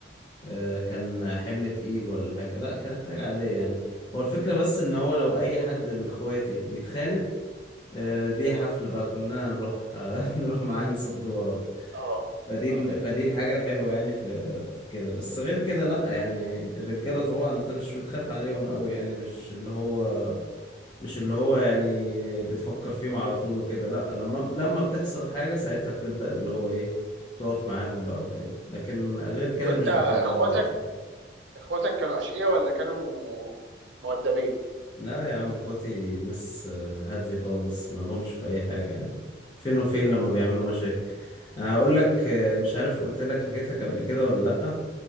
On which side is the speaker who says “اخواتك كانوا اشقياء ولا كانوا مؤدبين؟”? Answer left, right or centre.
Right